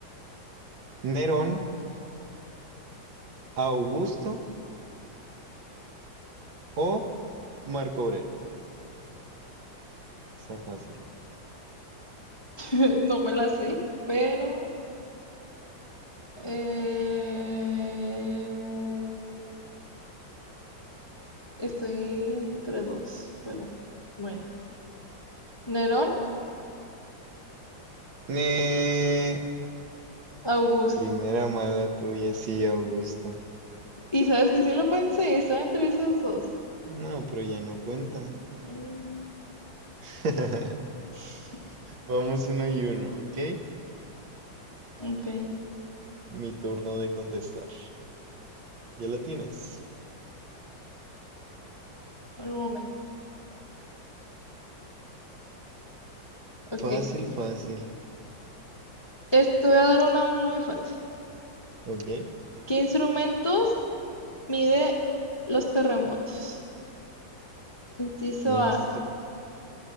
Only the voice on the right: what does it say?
Nerón, Augusto o Marco Aurelio? Está fácil.
Eh,
primera mala tuya, sí, Augusto.
No, pero ya no cuenta.
<laughs>
Vamos uno y uno, ¿ok?
Mi turno de contestar. Ya la tienes.
Fácil, fácil.
¿Ok?
¿Qué instru-